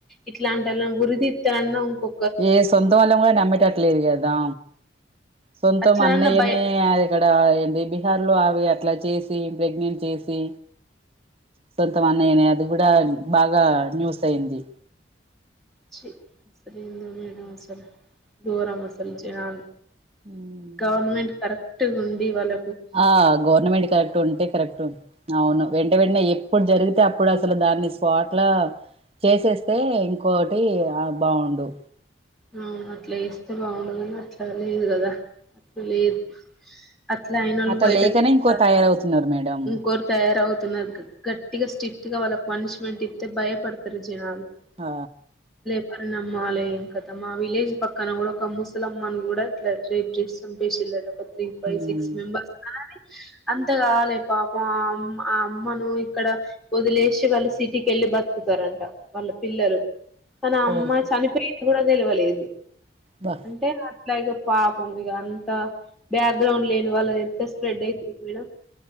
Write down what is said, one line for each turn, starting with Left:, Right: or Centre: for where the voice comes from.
Centre: ఇట్లాంటోలను ఉరిది తేనన్న ఇంకో
Right: ఏ సొంతం అళ్ళ కూడా నమ్మెటట్లేదుగదా సొంతం
Centre: అట్లనన్న
Right: అన్నయ్యనే
Centre: భయ
Right: ఇక్కడ ఏంది బీహార్ లో ఆవి అట్లా చేసి ప్రెగ్నెంట్ చేసి స్వంత మన్నయనే అది కూడా బాగా న్యూస్ అయింది
Centre: చి మసలు ఏందో మేడం అసలు గోరం అసలు జనాల్
Right: ఉమ్.
Centre: గవర్నమెంట్ కర పట్టు ఉండి వాళ్ళ
Right: ఆ గవర్నమెంట్ కరెక్ట్ ఉంటే కరెక్ట్ అవును వెంట వెంటనే ఎప్పుడు జరిగితే అప్పుడు అసలు దాన్ని స్వాట్లా చేసేస్తే ఇంకోటి బాగుండు
Centre: అవును అట్లే ఇస్తే బాగుండుగాని అట్లా లేదు కదా అట్లు లేదు అట్లా అయినోళ్ళు
Right: అట్లా
Centre: బయట
Right: లేకనే
Centre: తిరుగుతారు
Right: ఇంకో తయారవుతున్నారు మేడం
Centre: ఇంకోరు తయారవు తునాగ్ గట్టిగా స్ట్రిక్ట్ గా వాళ్ళకి పనిష్మెంట్ ఇత్తే భయపడతారు జనాలు
Right: హ
Centre: వరి నమ్మాలింకా మా విలేజ్ పక్కన కూడా ఒక ముసలమ్మన్ కూడా ఇట్లా రేప్ చేసి చంపేసిళ్లట త్రీ ఫై
Right: ఉమ్
Centre: సిక్స్ మెంబర్స్ అంత కాలే పాపం ఆ అమ్మ ఆ అమ్మను ఇక్కడ వదిలేసి వాళ్ళు సిటీకి వెళ్ళి బతుకుతారంట వాళ్ళ పిల్లలు కానీ అమ్మ
Right: ఓకే
Centre: చనిపోయింది కూడా తెలువలేదు
Right: బా
Centre: అంటే అ ఇట్లా ఇగ పాపం ఇక అంత బ్యాక్గ్రౌండ్ లేని వాళ్ళు ఎంత స్ప్రెడ్ అయితుంది మేడం